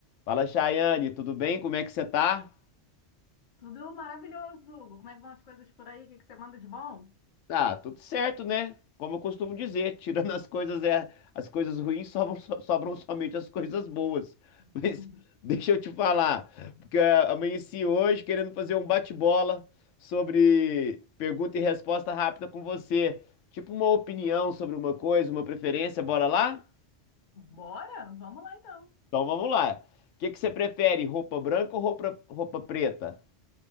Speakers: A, on the left (about 80°); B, on the left (about 45°).
A: Fala, Chayane, tudo bem? Como é que você tá?
B: Tudo maravilhoso, Hugo. Como é que vão as coisas por aí? O que que você manda de bom?
A: Ah, tudo certo, né? Como eu costumo dizer, <laughs> tirando as coisas é, as coisas ruins, sobram, so- sobram somente as coisas boas.
B: <laughs>
A: Mas <laughs> deixa eu te falar, porque ah, amanheci hoje querendo fazer um bate-bola sobre pergunta e resposta rápida com você. Tipo uma opinião sobre uma coisa, uma preferência, bora lá?
B: Bora? Vamos lá então.
A: Então vamos lá. O que que você prefere, roupa branca ou roupa, roupa preta?